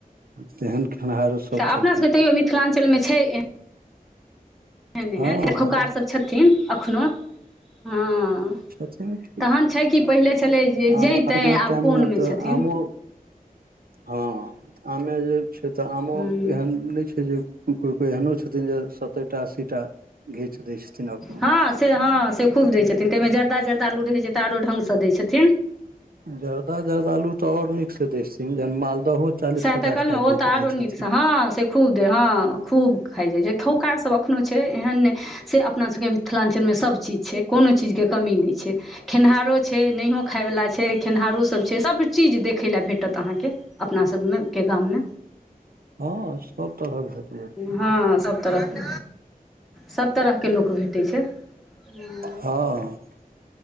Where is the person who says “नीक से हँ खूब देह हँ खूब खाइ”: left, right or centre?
Centre